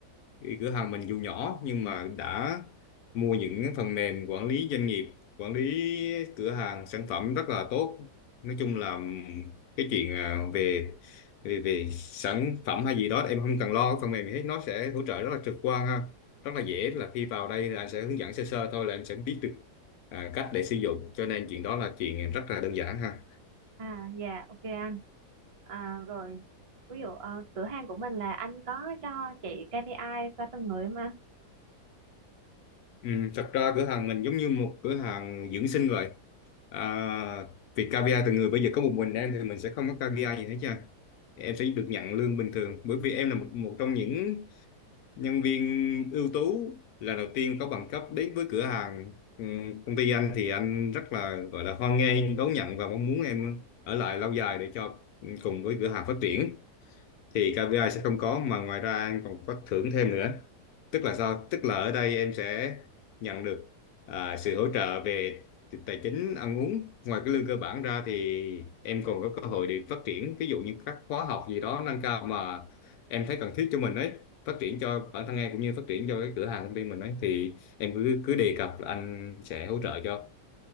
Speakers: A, on the left (about 70°); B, on the right (about 55°).
A: cửa hàng mình dù nhỏ nhưng mà đã mua những cái phần mềm quản lý doanh nghiệp quản lý cửa hàng sản phẩm rất là tốt nói chung là cái chuyện à, về về về sản phẩm hay gì đó em không cần lo cái phần mềm gì hết nó sẽ hỗ trợ rất là trực quan ha rất là dễ là khi vào đây là anh sẽ hướng dẫn sơ sơ thôi là em sẽ biết được à, cách để sử dụng cho nên chuyện đó là chuyện rất là đơn giản ha
B: à dạ ok anh à, rồi ví dụ ờ, cửa hàng của mình là anh có cho chị KPI cho từng người không anh
A: Ừ, thật ra cửa hàng mình giống như một cửa hàng dưỡng sinh vậy à, việc KPI từ người bây giờ có một mình em thì mình sẽ không có KPI gì hết trơn em sẽ được nhận lương bình thường bởi vì em là một, một trong những nhân viên ưu tú lần đầu tiên có bằng cấp đến với cửa hàng ừ, công ty anh thì anh rất là gọi là hoan nghênh đón nhận và mong muốn em ở lại lâu dài để cho cùng với cửa hàng phát triển thì KPI sẽ không có mà ngoài ra em còn có thưởng thêm nữa tức là sao tức là ở đây em sẽ nhận được à, sự hỗ trợ về tài chính ăn uống ngoài cái lương cơ bản ra thì em còn có cơ hội để phát triển ví dụ như các khóa học gì đó nâng cao mà em thấy cần thiết cho mình ấy phát triển cho bản thân em cũng như phát triển cho cái cửa hàng công ty mình ấy thì em cứ cứ đề cập là anh sẽ hỗ trợ cho